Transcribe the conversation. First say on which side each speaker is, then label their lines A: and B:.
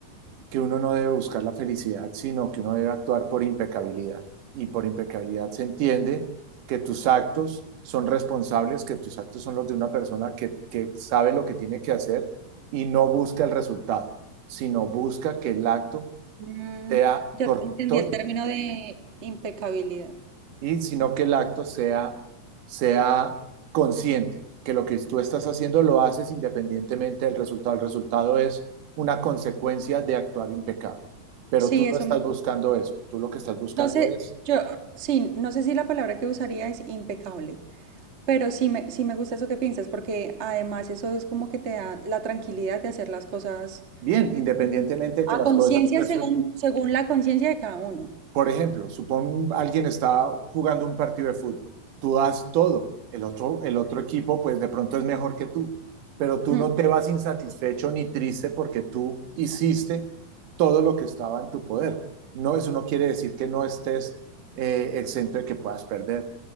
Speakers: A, on the right; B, on the right.
A: que uno no debe buscar la felicidad, sino que uno debe actuar por impecabilidad. Y por impecabilidad se entiende que tus actos son responsables, que tus actos son los de una persona que, que sabe lo que tiene que hacer y no busca el resultado, sino busca que el acto
B: Mm,
A: sea
B: ya
A: correcto
B: te entendí el término de impecabilidad.
A: y sino que el acto sea, sea consciente, que lo que tú estás haciendo lo haces independientemente del resultado. El resultado es una consecuencia de actuar impecable, pero
B: Sí,
A: tú
B: eso
A: no estás
B: me
A: buscando
B: gusta.
A: eso, tú lo que estás buscando
B: No sé,
A: es,
B: yo, sí, no sé si la palabra que usaría es impecable. Pero sí me, sí me gusta eso que piensas, porque además eso es como que te da la tranquilidad de hacer las cosas
A: bien, independientemente de
B: a
A: que las
B: conciencia
A: cosas resulten.
B: según, según la conciencia de cada uno.
A: Por ejemplo, supón alguien está jugando un partido de fútbol. Tú das todo. El otro, el otro equipo, pues de pronto es mejor que tú. Pero tú
B: Mm,
A: no te vas insatisfecho ni triste porque tú hiciste todo lo que estaba en tu poder. No, eso no quiere decir que no estés eh, exento de que puedas perder.